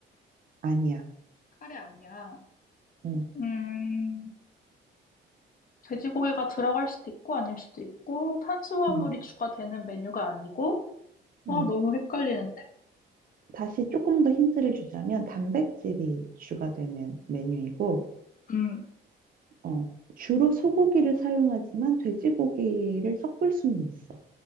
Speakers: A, on the right; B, on the left.
A: 아니야.
B: 카레 아니야.
A: 응,
B: 음, 돼지고기가 들어갈 수도 있고, 아닐 수도 있고, 탄수화물이
A: 응,
B: 추가되는 메뉴가 아니고, 아,
A: 응.
B: 너무 헷갈리는데?
A: 다시 조금 더 힌트를 주자면 단백질이 주가 되는 메뉴이고,
B: 음,
A: 어, 주로 소고기를 사용하지만 돼지고기를 섞을 수는 있어.